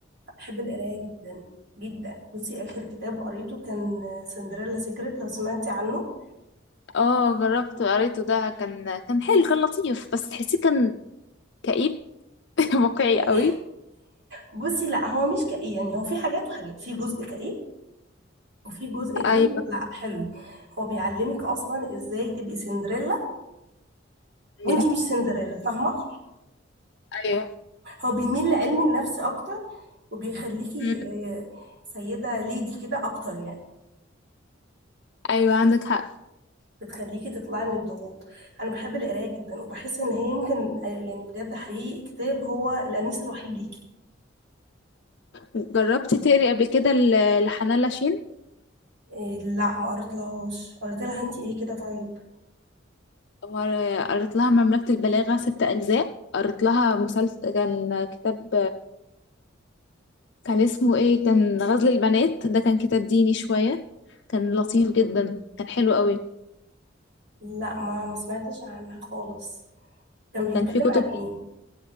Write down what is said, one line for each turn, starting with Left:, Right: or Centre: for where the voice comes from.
Right: بحب القرايه جدا جدا بصي اخر كتاب قريته كان سندريلا سيكريت لو سمعتي عنه
Left: اه جربته قريته ده كان كان حلو كان لطيف بس تحسيه كان كئيب <laughs> واقعي
Right: آه،
Left: قوي
Right: بصي لا هو مش كئيب يعني هو في حاجات وحاجات في جزء كئيب وفي جزء تاني
Left: ايوه
Right: لا حلو هو بيعلمك اصلا ازاي تبقي سندريلا
Left: ايوه
Right: وانتي مش سندريلا فاهمه
Left: ايوه
Right: هو بيميل لعلم النفس اكتر وبيخليكي
Left: مم.
Right: آه، سيده ليدي كده اكتر يعني
Left: ايوه عندك حق
Right: بتخليكي تطلعي من الضغوط انا بحب القرايه جدا وبحس ان هي يمكن آه، يعني بجد حقيقي كتاب هو الانيس الوحيد ليكي
Left: جربت تقري قبل كده ل- لحنان لاشين
Right: آه، لا ما قريتلهاش قريت لها انتي ايه كده طيب
Left: ور- قريت لها مملكة البلاغة ست أجزاء قريت لها مسلسل كان كتاب كان اسمه ايه كان غزل البنات ده كان كتاب ديني شوية كان لطيف جدا كان حلو قوي
Right: لا ما ما سمعتش عنها خالص كان بيتكلم
Left: كان في كتب
Right: عن ايه